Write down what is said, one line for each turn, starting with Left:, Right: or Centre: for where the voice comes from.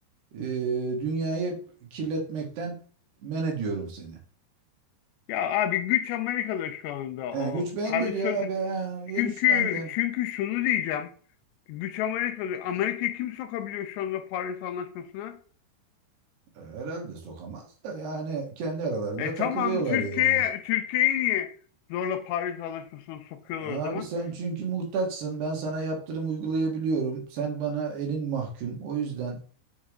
Right: e, dünyayı kirletmekten men ediyorum seni.
Left: Ya abi güç Amerika'da şu anda
Right: He,
Left: o
Right: güç bende
Left: parasol
Right: diyor abi. he, ya
Left: Çünkü
Right: güç bende.
Left: çünkü şunu diyeceğim. Güç Amerika'da. Amerika kim sokabiliyor şu anda Paris Anlaşması'na?
Right: E, Herhalde sokamaz da yani kendi aralarında
Left: E
Right: takılıyorlar
Left: tamam Türkiye
Right: yani.
Left: Türkiye'yi niye zorla Paris Anlaşması'na sokuyorlar
Right: Abi
Left: o zaman?
Right: sen çünkü muhtaçsın. Ben sana yaptırım uygulayabiliyorum. Sen bana elin mahkum. O yüzden